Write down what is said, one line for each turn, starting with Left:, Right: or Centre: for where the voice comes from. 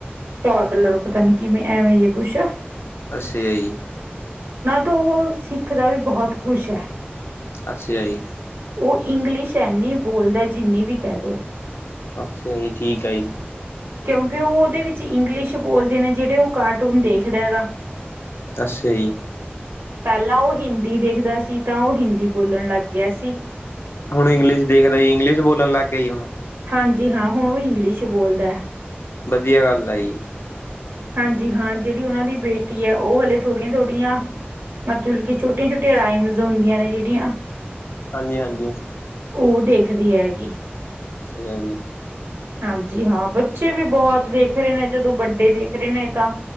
Right: ਟੌਟਲਰ ਪਤਾ ਨੀ ਕਿਵੇਂ, ਐਵੇਂ ਜੇ ਕੁੱਛ
Left: ਅਸ ਆਈ
Right: ਤੋਂ ਉਹ ਸਿੱਖ ਦਾ ਵੀ, ਬਹੁਤ ਕੁਛ ਹੈ।
Left: ਅੱਛਾ ਜੀ‌
Right: ਉਹ ਇੰਗਲਿਸ਼ ਹੈਨੀ ਬੋਲਦਾ, ਜਿੰਨੀ ਵੀ ਕਹਿ ਦਿਉ
Left: ਅੱਛਾ ਜੀ, ਠੀਕ ਆ ਜੀ।
Right: ਕਿਉਂਕਿ ਉਹ, ਉਹਦੇ ਵਿੱਚ ਇੰਗਲਿਸ਼ ਬੋਲਦੇ ਨੇ, ਜਿਹੜੇ ਉਹ ਕਾਰਟੂਨ ਦੇਖਦਾ ਹੈਗਾ।
Left: ਅੱਸਾ਼ ਜੀ।
Right: ਪਹਿਲਾਂ ਉਹ ਹਿੰਦੀ ਦੇਖਦਾ ਸੀ ਤਾਂ, ਉਹ ਹਿੰਦੀ ਬੋਲਣ ਲੱਗ ਗਿਆ ਸੀ।
Left: ਹੁਣ ਇੰਗਲਿਸ਼ ਦੇਖਦਾ ਹੈ, ਇੰਗਲੀਸ਼ ਬੋਲਣ ਲੱਗ ਗਿਆਈ ਹੁਣ।
Right: ਹਾਂਜੀ। ਹਾਂ, ਹੁਣ ਉਹ ਇੰਗਲਿਸ਼ ਬੋਲਦਾ।
Left: ਵਧੀਆ ਗੱਲ ਆ ਜੀ।
Right: ਹਾਂਜੀ ਹਾਂ, ਜਿਹੜੀ ਉਹਨਾਂ ਦੀ ਬੇਟੀ ਹੈ, ਉਹ ਹਲੇ ਥੋੜੀਆਂ ਥੋੜੀਆਂ ਮਤਲਬ ਕਿ, ਛੋਟੀਆਂ -ਛੋਟੀਆਂ ਰਾਈਮਸ ਹੁੰਦੀਆਂ ਨੇ, ਜਿਹੜੀਆਂ
Left: ਹਾਂਜੀ। ਹਾਂਜੀ।
Right: ਉਹ ਦੇਖਦੀ ਹੈਗੀ।
Left: ਅੱਛਾ ਹੈ ਜੀ।
Right: ਹਾਂਜੀ ਹਾਂ, ਬੱਚੇ ਵੀ ਬਹੁਤ ਦੇਖ ਰਹੇ ਨੇ, ਜਦੋਂ ਵੱਡੇ ਦੇ ਦੇਖ ਰਹੇ ਨੇ ਤਾਂ,